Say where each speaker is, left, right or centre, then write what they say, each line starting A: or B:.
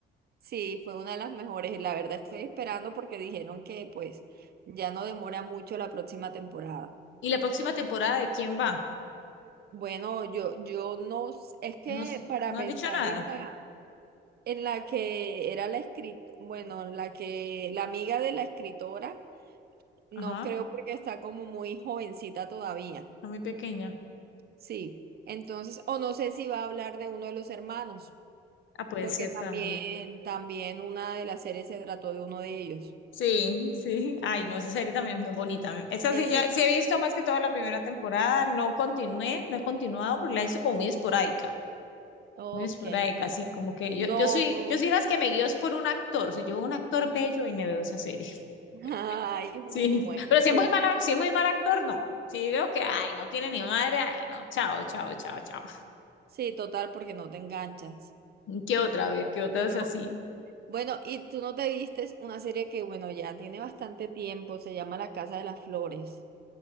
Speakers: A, on the right; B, on the left.
A: Sí, fue una de las mejores. La verdad estoy esperando porque dijeron que pues ya no demora mucho la próxima temporada.
B: ¿Y la próxima temporada de quién va?
A: Bueno, yo, yo no, s- es que
B: No, s-
A: para
B: no
A: pensar
B: han dicho nada.
A: en la, en la que era la escritora, bueno, la que, la amiga de la escritora, no
B: Ajá,
A: creo porque está como muy jovencita todavía.
B: está muy pequeña.
A: Sí. Entonces, o no sé si va a hablar de uno de los hermanos,
B: Ah, puede
A: porque
B: ser
A: también,
B: también.
A: también una de las series se trató de uno de ellos.
B: Sí, sí. Ay, no, esa serie también es muy bonita. Esa
A: Eso,
B: sí, ya sí he visto más que toda la primera temporada. No continué, no he continuado, porque la hizo como muy esporádica.
A: ok.
B: Muy esporádica, así como que yo,
A: No.
B: yo soy, yo soy las que me guío es por un actor. O sea, yo veo un actor bello y me veo esa serie. <laughs>
A: <laughs> Ay, bueno,
B: Sí.
A: bueno,
B: Pero
A: súper.
B: si es muy mal, si es muy mal actor, no. Si veo que, ay, no tiene ni madre, ay, no, chao, chao, chao, chao.
A: Sí, total, porque no te enganchas.
B: ¿Qué otra? A ver, ¿qué otra
A: Yo
B: es
A: creo,
B: así?
A: Bueno, y tú no te vistes una serie que, bueno, ya tiene bastante tiempo, se llama La Casa de las Flores,